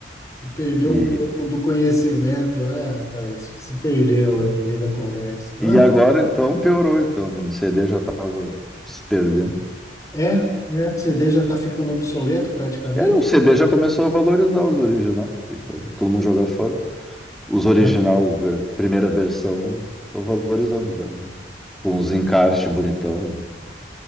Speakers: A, on the left; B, in the centre.
A: Se perdeu
B: e
A: um pouco do conhecimento, né, rapaz? Se perdeu aí no meio da conversa. Não,
B: E agora, então, piorou, então, né? No CD já estava se perdendo.
A: é, né? O CD já está ficando obsoleto praticamente,
B: Era, o CD já começou a valorizar os original, porque to- todo mundo joga fora. Os original,
A: né?
B: ver- primeira versão, estão valorizando já, né? Com os encartes bonitão, né?